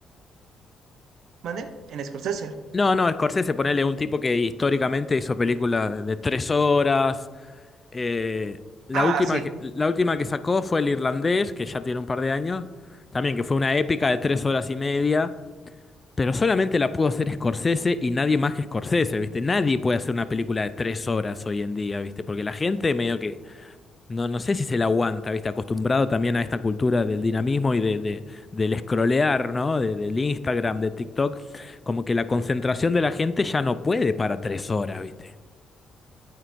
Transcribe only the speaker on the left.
No, no, Scorsese, ponele un tipo que históricamente hizo películas de tres horas. Eh, la
última
que, la última que sacó fue el irlandés, que ya tiene un par de años, también que fue una épica de tres horas y media, pero solamente la pudo hacer Scorsese y nadie más que Scorsese, ¿viste? Nadie puede hacer una película de tres horas hoy en día, ¿viste? Porque la gente medio que, no, no sé si se la aguanta, ¿viste? Acostumbrado también a esta cultura del dinamismo y de, de- del scrollear, ¿no? De- del Instagram, de TikTok, como que la concentración de la gente ya no puede para tres horas, ¿viste?